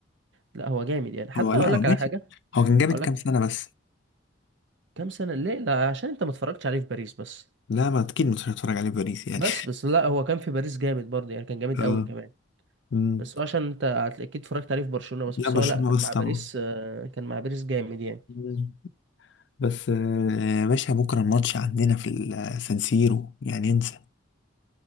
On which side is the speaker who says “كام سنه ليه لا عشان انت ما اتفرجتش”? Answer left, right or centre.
Right